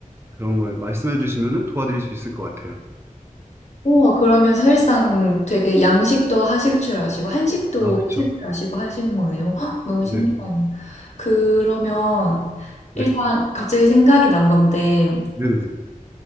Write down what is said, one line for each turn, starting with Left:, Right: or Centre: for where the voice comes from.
Right: 그런 걸 말씀해 주시면 도와드릴 수 있을 것 같아요.
Left: 우와, 그러면 사실상 되게 양식도 하실 줄 아시고, 한식도
Right: 아, 그쵸.
Left: 하실 줄 아시고 하시는 거네요. 헉, 너무
Right: 네,
Left: 신기하네요. 그러면
Right: 네.
Left: 일단 갑자기 생각이 난 건데,
Right: 네네네.